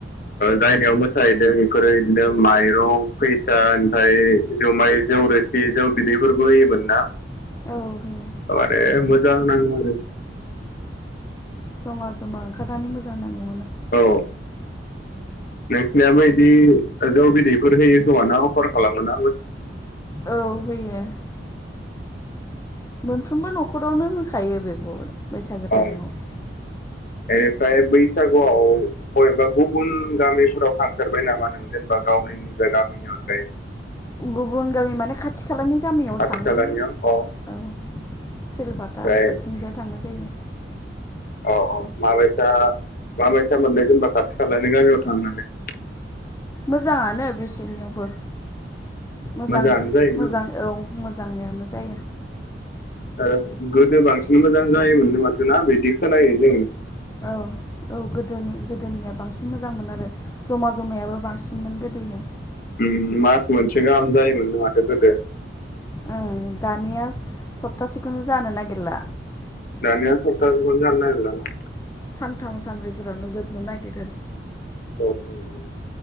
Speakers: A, on the left (about 50°); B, on the left (about 15°).
A: जायनियाव मोसाहैदों बेफोरो बिदिनो माइरं फैसा ओमफ्राय जुमाइ जौ रोसि जौ बिदैफोरबो होयोमोन ना।
B: औ होयो
A: आरो। मोजां नाङो आरो।
B: ज'मा ज'मा ओंखारनानै मोजां नाङो।
A: औ। नोंसिनाबो बिदि जौ बिदैफोर होयो खोमाना अफार खालामोना।
B: औ होयो। मोनफ्रोमबो न'खरावनो होखायो बेखौ। बैसागो
A: औ
B: टाइमाव।
A: बेनिफ्राय बैसागुआव बबेबा गुबुन गामिफोराव थांथेरबाय नामा नों जेनेबा गावनि निजा गामिनि अनगायै।
B: गुबुन गामि माने खाथि खाला। खालानि गामियाव
A: खाथि
B: थाङो
A: खालानियाव अ
B: औ सिलबाथा
A: ओमफ्राय
B: इफोरथिंजाय थांनाय जायो।
A: औ औ माबायसा माबायसा मोननाय जेनबा खाथि खालानि गामियाव थांनानै।
B: मोजाङानो बिसोरनियावबो। मोजां
A: मोजाङानो जायो
B: मोजां
A: न
B: औ मोजाङैयानो जायो।
A: ओ गोदो बांसिन मोजां जायोमोननो माथो ना बिदि खोनायो जों
B: औ औ गोदोनि गोदोनिया बांसि न मोजां मोनो आरो। जमा जमायाबो बांसिन मोन गोद दैया।
A: बिनिनो मास मोनसे गाहाम जायोमोनो माथो गोदो
B: ओ दानिया सप्तासेखौनो जानो नागिरला।
A: दानिया सप्तासेखौनो नानो नागिरला ना।
B: सानथाम सानब्रैफोरावनो जोबनो नागिरो।
A: औ औ औ